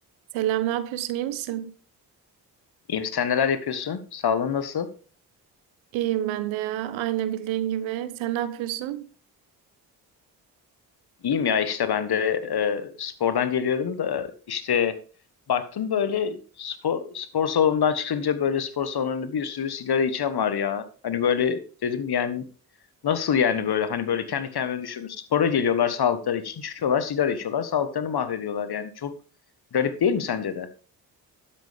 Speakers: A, on the right (about 75°); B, on the left (about 55°).
A: Selam, ne yapıyorsun? İyi misin?
B: İyiyim sen neler yapıyorsun? Sağlığın nasıl?
A: İyiyim ben de ya. Aynı bildiğin gibi. Sen ne yapıyorsun?
B: İyiyim ya işte ben de e, spordan geliyorum da işte baktım böyle spor, spor salonundan çıkınca böyle spor salonunda bir sürü sigara içen var ya. Hani böyle dedim yani nasıl yani böyle hani böyle kendi kendime düşündüm. Spora geliyorlar sağlıkları için çıkıyorlar sigara içiyorlar sağlıklarını mahvediyorlar yani çok garip değil mi sence de?